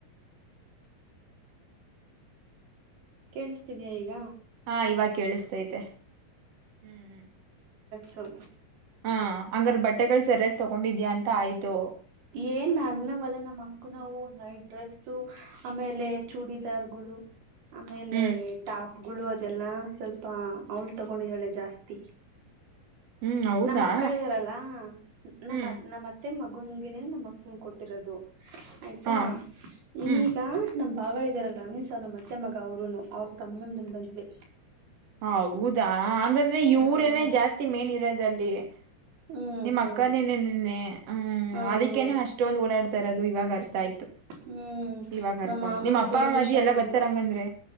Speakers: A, on the right; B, on the right.
A: ಕೇಳಿಸ್ತಿದ್ಯಾ ಈಗ.
B: ಹಾ ಇವಾಗ ಕೇಳಿಸ್ತೈತೆ ಹ್ಮ್್ಮ್.
A: ಸೌ.
B: ಹಾ ಹಂಗಾರ ಬಟ್ಟೆಗಳು ಸರಿಯ. ತಗೊಂಡಿದ್ಯಾ ಅಂತ ಆಯ್ತು.
A: ಏನ್ ಅಣವಲ್ಲ ನಮ್ಮ್ ಅಕ್ಕು ನಾವು ನ ಡ್ರೆಸ್ಸು. ಆಮೇಲೆ ಚೂಡಿದಾರ್ಗಳು. ಆಮೇಲೆ
B: ಹ್ಮ್
A: ಟಾಕ್ ಗುಳು ಅದೆಲ್ಲ ಸ್ವಲ್ಪ ಅವಳು ತಗೊಂಡಿದಾಳೆ ಜಾಸ್ತಿ
B: ಹ್ಮ್ ಹೌದಾ
A: ನಮ್ಮ ಅಕ್ಕ ಇದ್ದಾರಲ್ಲಾ ನಮ್ಮ
B: ಹ್ಮ್
A: ನಮ್ಮ ಮತ್ತೆ ಮ ಗುಂಗಿನೇ ನಮ್ಮ ಮಸು ಕೊಟ್ಟಿರೋದು ಆಯ್ತಾ
B: ಹಾ ಹ್ಮ್
A: ಈಗ ನಮ ಭಾವ ಇದ್ದಾರಲ್ಲ ಅಮ್ಾನ ಮತ್ತೆ ಮಗ ಅವರುನು ಅವ್ರ ತಮ್ಮಂದ ಮದ್ವೆ
B: ಹೌದು ಹೌದಾ ಹಾಗಂಗಂದ್ರೆ
A: ಹ್ಮ್
B: ಇವರನೆೇ ಜಾಸ್ತಿ ಮೇನ್ ಇರೋದಲ್ಲ ಹ
A: ಹ್ಮ್
B: ನಿಮ್ಮ
A: ಹೌದು
B: ಅಕ್ಕನೇನೆ ನಿನ್ನೆ ಹ್ಮ್
A: ಹ್ಮ
B: ಅದಕ್ಕೇನೆ
A: ಹೌದು
B: ಅಷ್ಟೊಂದು ಓಡಾಡ್ತಾರದು ದು ಇವಾಗ ಾಯ್ತು
A: ಹ್ಮ್
B: ಇವಾಗ ಅರ್ಥ
A: ನಮ್ಮ ಮಾಮಂಗ
B: ಆಯ್ತು ನಿಮ್ಮ್ ಅಪ್ಪ
A: ಬೇರೆ ಹುಷಾರಿಲ್ವಾ
B: ಅಜಿ ಎಲ್ಲಾ ಬರ್ತಾರಂಗಂದ್ರೆ